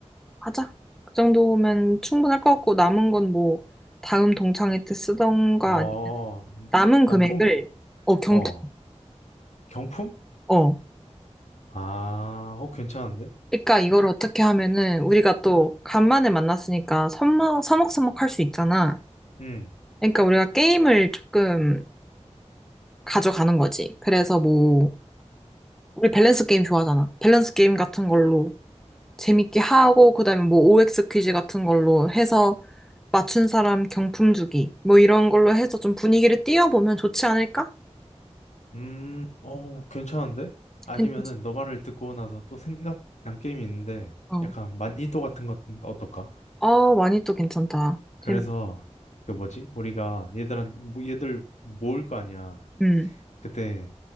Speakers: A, in the centre; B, on the left.
A: 하자. 그 정도면 충분할 것 같고, 남은 건 뭐, 다음 동창회 때 쓰던가,
B: 어,
A: 아니- 남은
B: 남품?
A: 금액을, 어, 경품,
B: 어, 경품?
A: 어.
B: 아, 어, 괜찮은데?
A: 그러니까 이걸 어떻게 하면은, 우리가 또, 간만에 만났으니까, 서먹, 서먹할 수 있잖아.
B: 음,
A: 그러니까 우리가 게임을 조금 가져가는 거지. 그래서 뭐 우리 밸런스 게임 좋아하잖아. 밸런스 게임 같은 걸로 재밌게 하고 그다음에 뭐 OX 퀴즈 같은 걸로 해서 맞춘 사람 경품 주기 뭐 이런 걸로 해서 좀 분위기를 띄워보면 좋지 않을까?
B: 음, 어, 괜찮은데? 아니면은
A: 괜찮지?
B: 너 말을 듣고 나서 또 생각난 게임이 있는데,
A: 어.
B: 약간 마니또 같은 것 어떨까?
A: 아, 많이 또 괜찮다.
B: 그래서,
A: 재밌.
B: 그 뭐지? 우리가 얘들한, 뭐 얘들 모을 거 아니야.
A: 음.
B: 그때